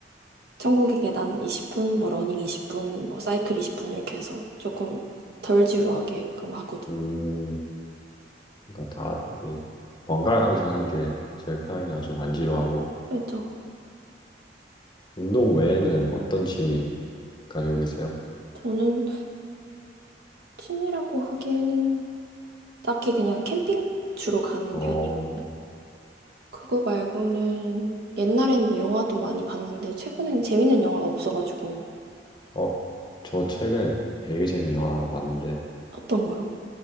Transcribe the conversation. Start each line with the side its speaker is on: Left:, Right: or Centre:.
Right: 천국의 계단 20분, 뭐 러닝 20분, 뭐 사이클 20분 이렇게 해서 조금 덜 지루하게끔 하거든요.
Left: 음, 그러니까 다 이게 번갈아 가면서 하는 게 제일 편하긴 하죠. 안 지루하고.
Right: 그렇죠.
Left: 운동 외에는 어떤 취미 가지고 계세요?
Right: 저는 취미라고 하기에는 딱히 그냥 캠핑 주로 가는
Left: 어,
Right: 편이고. 그거 말고는 옛날에는 뭐 영화도 많이 봤는데 최근엔 재밌는 영화가 없어가지고.
Left: 어, 저 최근에 되게 재미있는 영화 하나 봤는데
Right: 어떤 거요?